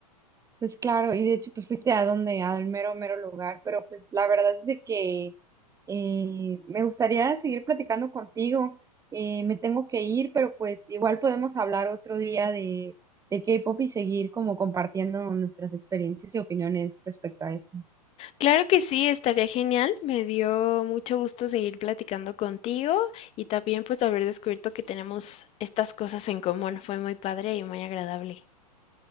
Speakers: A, on the right; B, on the left.
A: Pues claro, y de hecho, pues fuiste a donde, al mero, mero lugar, pero pues la verdad es de que eh, me gustaría seguir platicando contigo. Eh, me tengo que ir, pero pues igual podemos hablar otro día de, de K-pop y seguir como compartiendo nuestras experiencias y opiniones respecto a eso.
B: Claro que sí, estaría genial. Me dio mucho gusto seguir platicando contigo y también pues haber descubierto que tenemos estas cosas en común. Fue muy padre y muy agradable.